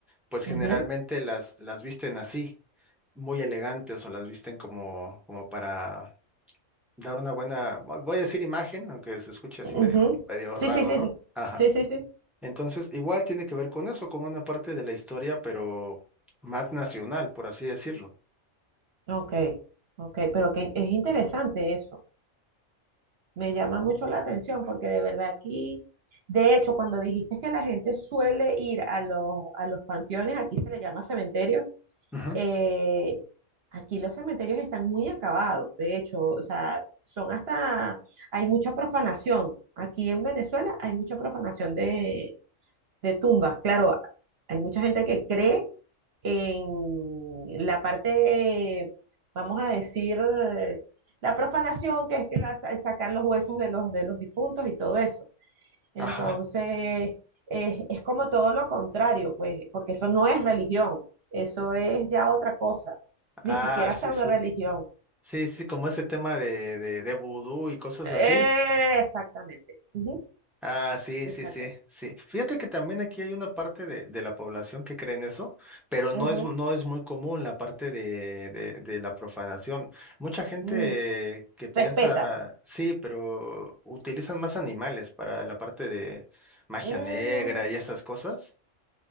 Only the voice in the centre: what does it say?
pues
generalmente las, las visten así, muy elegantes o las visten como, como para dar una buena, vo- voy a decir imagen, aunque se escuche así
medio, medio
raro,
¿no? Ajá.
Entonces, igual tiene que ver con eso, con una parte de la historia, pero más nacional, por así decirlo.
Ujú.
Ajá.
Ah,
sí,
sí.
Sí, sí, como ese tema de, de, de vudú y cosas
así.
Ah, sí,
sí, sí, sí. Fíjate que también aquí hay una parte de, de la población que cree en eso, pero no
es, no es muy común la parte de, de, de la profanación. Mucha gente
que piensa,
sí, pero utilizan más animales para la parte de magia
negra y esas cosas,